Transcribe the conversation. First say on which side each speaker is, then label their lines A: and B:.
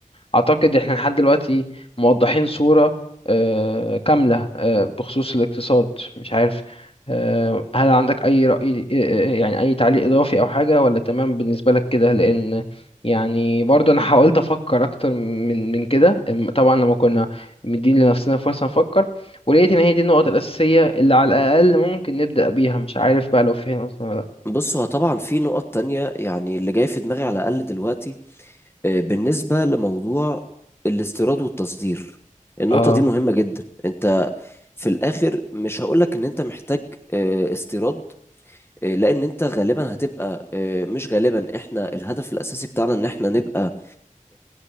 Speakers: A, on the left; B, on the left.
A: أعتقد إحنا لحد دلوقتي موضحين صورة آه، كاملة آه، بخصوص الاقتصاد مش عارف آه، هل عندك أي رأي آه، آه، يعني أي تعليق إضافي أو حاجة ولا تمام بالنسبة لك كده لأن يعني برضو أنا حاولت أفكر أكتر من من كده أم- طبعا لما كنا مدين لنفسنا فرصة نفكر ولقيت إن هي دي النقط الأساسية اللي على الأقل ممكن نبدأ بيها مش عارف بقى لو في هنا مثلا ولا لأ.
B: بص هو طبعا في نقط تانية يعني اللي جاي في دماغي على الأقل دلوقتي آه، بالنسبة لموضوع الاستيراد والتصدير النقطة
A: آه
B: دي مهمة جدا انت في الآخر مش هقولك ان انت محتاج آه، استيراد آه، لأن انت غالبا هتبقى آه، مش غالبا احنا الهدف الأساسي بتاعنا ان احنا نبقى